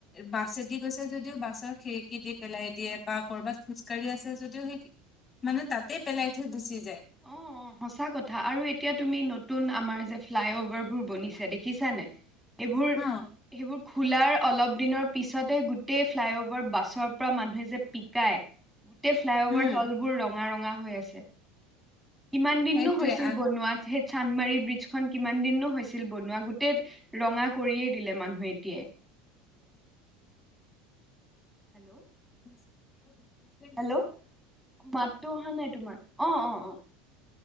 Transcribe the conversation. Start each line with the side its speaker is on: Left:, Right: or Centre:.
Left: বাছেদি গৈছে যদিও, বাছৰ খিৰিকী দি পেলাই দিয়ে। বা কৰ'বাত খোজকাঢ়ি আছে যদিও সেই মানে তাতেই পেলাই থৈ গুচি যায়।
Centre: অ অ সঁচা কথা আৰু এতিয়া তুমি নতুন আমাৰ যে ফ্লাই অভাৰ বোৰ বনিছে দেখিছা নাই? এইবোৰ
Left: হা
Centre: সেইবোৰ খোলাৰ অলপ দিনৰ পিছতে গোটেই ফ্লাইঅভাৰ বাছৰ পৰা মানুহে যে পিকায়। গোটেই ফ্লাই অভাৰ
Left: উম
Centre: তলবোৰ ৰঙা ৰঙা হৈ আছে। কিমান দিনো
Left: সেইটোৱে
Centre: হৈছিল বনোৱা? সেই চান্দমাৰী ব্ৰিজখন কিমান দিননো হৈছিল বনোৱা গোটেই ৰঙা কৰিয়ে দিলে মানুহে এতিয়ায়। হেল্ল' <unintelligible>
Left: উ <inaudible>
Centre: হেল্ল' মাতটো অহা নাই তোমাৰ। অঁ অঁ অঁ।